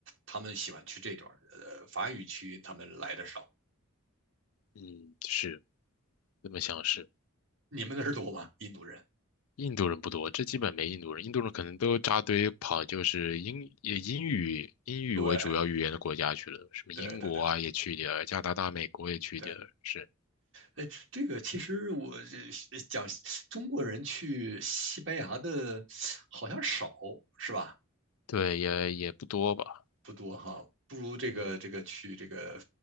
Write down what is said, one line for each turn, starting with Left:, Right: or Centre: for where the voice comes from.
Right: 他们喜欢去这段儿，呃，法语区他们来的少，
Left: 嗯是，这么想是。
Right: 你们那儿多吗？印度人？
Left: 印度人不多，这基本没印度人，印度人可能都扎堆跑，就是英也英语英语为主要语言的国家去了，
Right: 对，
Left: 什么英国啊也去一点儿，
Right: 对对对
Left: 加拿大、美国也去一点儿，
Right: 对，
Left: 是，
Right: 哎，这个其实我这呃讲中国人去西班牙的好像少是吧？
Left: 对，也也不多吧，
Right: 不多哈，不如这个这个去这个
Left: 嗯，